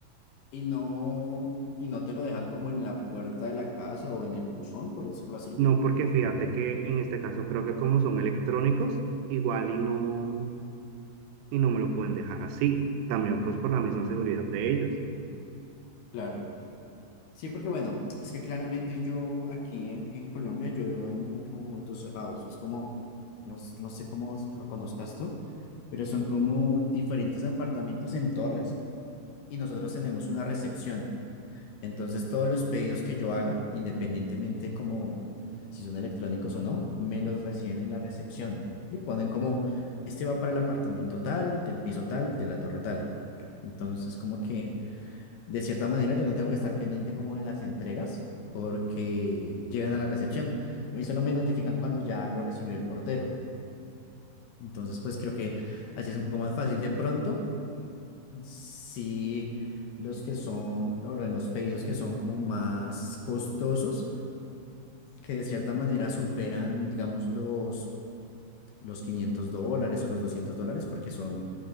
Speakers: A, on the left; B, on the right.
A: Y no, y no te lo dejan como en la puerta de la casa o en el buzón, por decirlo así.
B: No, porque fíjate que en este caso creo que como son electrónicos, igual y no, y no me lo pueden dejar así. También pues por la misma seguridad de ellos.
A: Claro. Sí, porque bueno, es que claramente yo aquí en, en Colombia, yo vivo en un conjunto cerrado. Eso es como, no, s- no sé cómo lo conozcas tú, pero son como diferentes apartamentos en torres y nosotros tenemos una recepción. Entonces, todos los pedidos que yo haga, independientemente como si son electrónicos o no, me los reciben en la recepción y ponen como, este va para el apartamento tal, del piso tal, de la torre tal. Entonces, como que de cierta manera yo no tengo que estar pendiente como de las entregas porque llegan a la recepción. A mí solo me notifican cuando ya lo recibió el portero. Entonces, pues creo que así es un poco más fácil. De pronto, Sí, los que son, o bueno, los pedidos que son como más costosos, que de cierta manera superan, digamos, los, los 500 dólares o los 200 dólares, porque son,